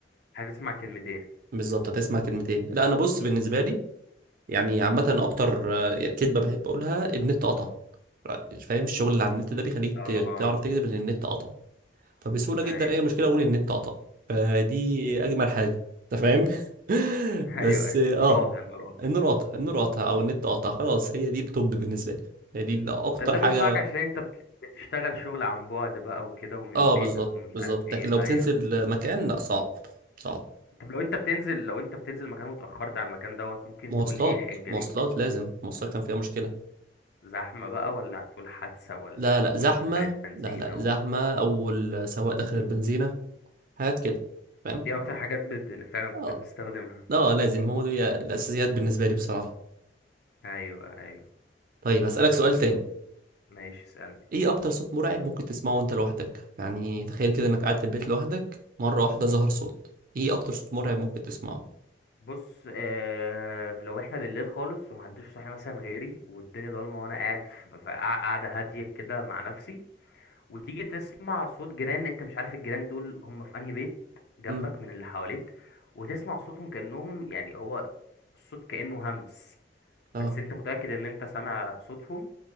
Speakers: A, on the left; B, on the right.
A: هتسمع كلمتين
B: بالظبط هتسمع كلمتين لا انا بص بالنسبه لي يعني عامه اكتر آه، كدبه بحب اقولها النت قطع فاهم الشغل اللي على النت ده بيخليك
A: اه
B: ت- تعرف تكذب ان النت قطع فبسهوله جدا
A: ايوه
B: اي مشكله اقول النت قطع فدي اجمل حاجه انت فاهم <laughs>
A: <laughs>
B: بس
A: ايوه ايوه
B: اه
A: النور قاطع النور قاطع
B: النور قطع النور قطع او النت قطع خلاص هي دي التوب بالنسبه لي هي دي اكتر
A: بس ده
B: حاجه
A: بينفعك عشان انت بت- بتشتغل شغل عن بعد بقى وكده ومن
B: اه
A: بيتك
B: بالظبط
A: ومش
B: بالظبط
A: عارف ايه
B: لكن لو
A: ايوه
B: بتنزل مكان لا صعب صعب
A: طب لو انت بتنزل لو انت بتنزل مكان واتأخرت على المكان دوت ممكن
B: مواصلات
A: تقول ايه حجة
B: مواصلات
A: ليك
B: لازم المواصلات كان فيها مشكلة
A: زحمة بقى ولا هتقول حادثة ولا
B: لا
A: هتقول
B: لا زحمة
A: دخلت بنزينة
B: لا لا زحمة
A: و...
B: أو السواق داخل البنزينة حاجات كده فاهم
A: دي اكتر حاجات ب... ب- فعلا
B: اه
A: بنستخدمها
B: اه لازم هو دي الأساسيات بالنسبة لي بصراحة
A: ايوه ايوه
B: طيب هسألك سؤال تاني
A: ماشي اسألني
B: ايه أكتر صوت مرعب ممكن تسمعه وانت لوحدك يعني تخيل كده انك قاعد في البيت لوحدك مرة واحدة ظهر صوت ايه أكتر صوت مرعب ممكن تسمعه
A: بص آه... لو احنا بالليل خالص ومحدش صاحي مثلا غيري والدنيا ضلمة وانا قاعد في في قاعدة هادية كده مع نفسي وتيجي تسمع صوت جيران انت مش عارف الجيران دول هم في انهي بيت جنبك
B: امم
A: من اللي حواليك وتسمع صوتهم كأنهم يعني هو الصوت كأنه همس
B: اه
A: بس انت متأكد ان انت سامع صوتهم